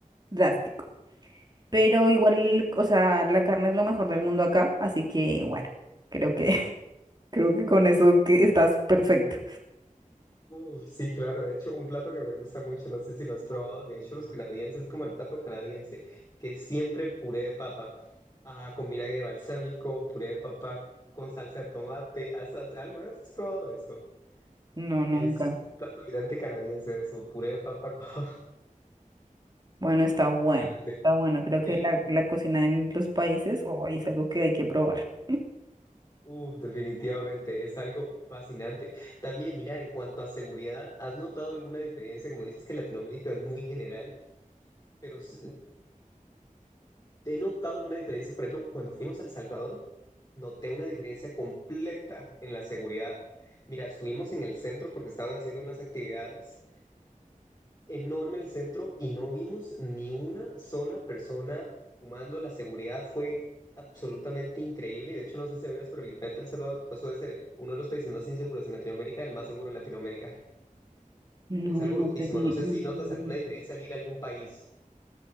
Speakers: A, on the right; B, on the left.
A: drástico. Pero igual, o sea, la carne es lo mejor del mundo acá, así que bueno, creo que, <laughs> creo que con eso que estás perfecto.
B: Uh, sí, claro. De hecho, un plato que me gusta mucho, no sé si lo has probado. De hecho, los canadienses, es como el plato canadiense, que es siempre puré de papa, ah, con vinagre balsámico, puré de papa con salsa de tomate. ¿Has- has- ¿Alguna vez has probado eso?
A: No, nunca.
B: Es un plato gigante canadiense, eso, puré de papa con, <laughs>
A: Bueno, está bueno,
B: literalmente,
A: está bueno. Creo que
B: el,
A: la, la cocina en los países hoy es algo que hay que probar. <laughs>
B: uh, definitivamente, es algo fascinante. También, mira, en cuanto a seguridad, ¿has notado alguna diferencia? Como dices que Latinoamérica es muy general. Pero s- ¿Te he notado alguna diferencia? Por ejemplo, cuando fuimos a El Salvador, noté una diferencia completa en la seguridad. Mira, estuvimos en el centro porque estaban haciendo unas actividades enorme el centro y no vimos ni una sola persona fumando. La seguridad fue absolutamente increíble y de hecho no sé si sabías, pero literalmente El Salvador pasó de ser uno de los países más inseguros en Latinoamérica al más seguro en Latinoamérica.
A: No,
B: Es algo
A: no
B: loquísimo.
A: tenía,
B: No sé
A: no
B: si notas
A: tenía
B: alguna diferencia al ir a algún país.